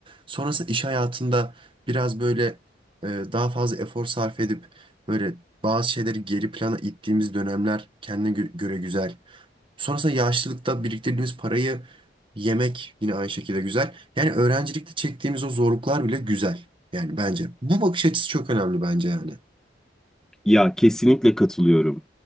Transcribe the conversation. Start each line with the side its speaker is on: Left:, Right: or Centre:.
Right: Sonrasında iş hayatında biraz böyle e, daha fazla efor sarf edip Böyle bazı şeyleri geri plana ittiğimiz dönemler kendine gö- göre güzel. Sonrasında yaşlılıkta biriktirdiğimiz parayı yemek yine aynı şekilde güzel. Yani öğrencilikte çektiğimiz o zorluklar bile güzel. Yani bence. Bu bakış açısı çok önemli bence yani.
Centre: Ya kesinlikle katılıyorum.